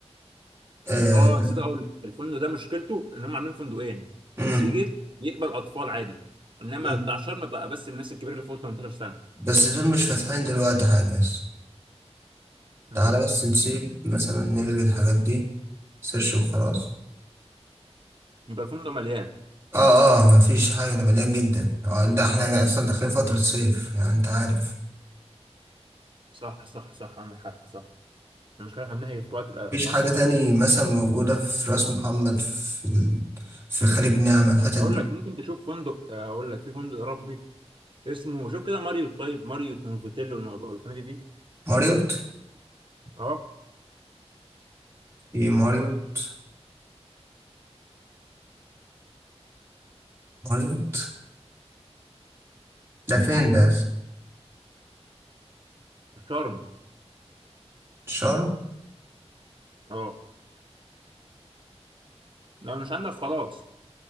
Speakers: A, on the right (about 25°); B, on the right (about 50°).
A: آه
B: اه
A: ده.
B: نسيت اقول لك الفندق ده مشكلته ان هم عاملين فندقين
A: مم.
B: السي جيت يقبل اطفال عادي انما
A: مم.
B: بتاع شرم بقى بس الناس الكبيره اللي فوق 18 سنه
A: بس دول مش فاتحين دلوقتي حاجة
B: امم
A: تعالى بس نسيب مثلا نلغي الحاجات دي سيرش وخلاص
B: يبقى الفندق مليان
A: اه اه مفيش حاجة ده مليان جدا آه، ده احنا اصلا داخلين فترة صيف يعني انت عارف
B: صح صح صح عندك حق صح المشكله احنا بنحكي دلوقتي الاسعار
A: مفيش حاجة
B: فيه غاليه
A: تاني مثلا موجودة في راس محمد في ال... في خليج نعمة الحتت
B: هقول
A: دي
B: لك ممكن تشوف فندق آه، هقول لك في فندق اوروبي اسمه شوف كده ماريوت طيب ماريوت نوفوتيلو والم- والفنادق دي
A: ماريوت
B: اه
A: في ماريوت ماريوت ده فين ده
B: شرم
A: شرم
B: اه لو مش عندك خلاص